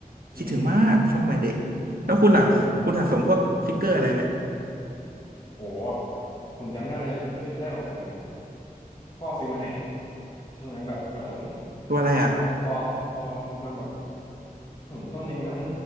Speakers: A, on the left; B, on the right.
A: อืมอืม
B: คิดถึงมากช่วงวัยเด็กแล้วคุณล่ะคุณสะสมพวกฟิกเกอร์อะไรไหม
A: อืมอ๋อโหผมจำได้เลยฟิกเกอร์ตัวแรกของผมนะ พ่อซื้อมาให้ช่วงนั้นแบบประถม
B: ตัวอะไรอ่ะ
A: มปปประมาณแบบประถมต้นเองมั้ง